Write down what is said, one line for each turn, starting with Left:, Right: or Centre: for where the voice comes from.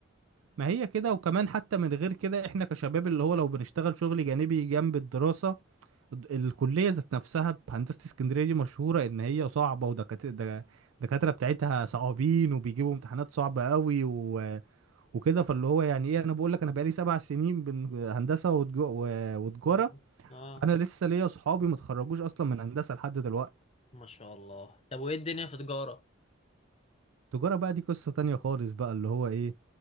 Right: ما هي كده وكمان حتى من غير كده احنا كشباب اللي هو لو بنشتغل شغل جانبي جنب الدراسة الد- الكلية ذات نفسها بهندسة اسكندرية دي مشهورة ان هي صعبة ودكاترة الدكاترة بتاعتها صعبين وبيجيبوا امتحانات صعبة قوي وكده فاللي هو يعني ايه انا بقول لك انا بقالي سبع سنين بن- هندسه وتج- و- وتجاره
Left: و- اه
Right: انا لسه ليا صحابي ما اتخرجوش اصلا من هندسه لحد دلوقتي
Left: ما شاء الله طب وايه الدنيا في تجاره
Right: تجاره بقى دي قصه تانية خالص بقى اللي هو ايه